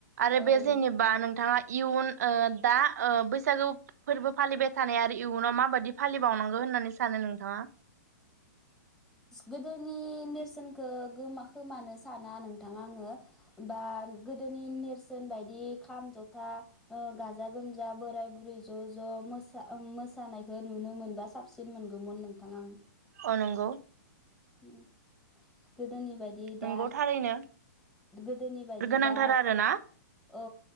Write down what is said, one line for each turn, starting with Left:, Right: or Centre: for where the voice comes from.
Right: आरो
Centre: औ
Right: बे जेनेबा
Centre: औ
Right: नोंथाङा इयुन ओ दा ओ बैसागु फोरबो फालिबाय थानाय आरो इयुनाव माबादि फालिबावनांगौ होननानै सानो नोंथाङा?
Centre: गोदोनि नेरसोनखौ गोमा खोमानो साना नोंथां आङो बा गोदोनि नेरसोन बायदि खाम जथा गाजा गोमजा बोराय बुरै ज' ज' मोसा मोसानायखौ नुनो मोनबा साबसिन मोनगौमोन नोंथां आं
Right: अ नंगौ
Centre: गो गोदोनि बायदि दा
Right: नंगौ थारैनो
Centre: गोदोनि बायदि
Right: गोनांथार
Centre: दा
Right: आरोना
Centre: औ